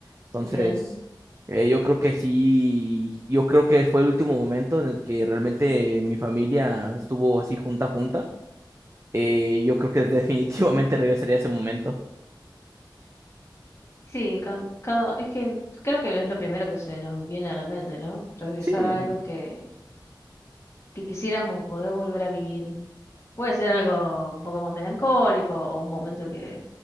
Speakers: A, on the right (about 35°); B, on the left (about 35°).
A: Entonces,
B: bien.
A: eh, yo creo que sí, yo creo que fue el último momento en el que realmente mi familia estuvo así junta, junta. Eh, yo creo que <laughs> definitivamente regresaría a ese momento.
B: Sí, ca- cada, es que creo que es lo primero que se nos viene a la mente, ¿no? Regresar
A: Sí.
B: a algo que, que quisiéramos poder volver a vivir. Puede ser algo un poco más melancólico o un momento que,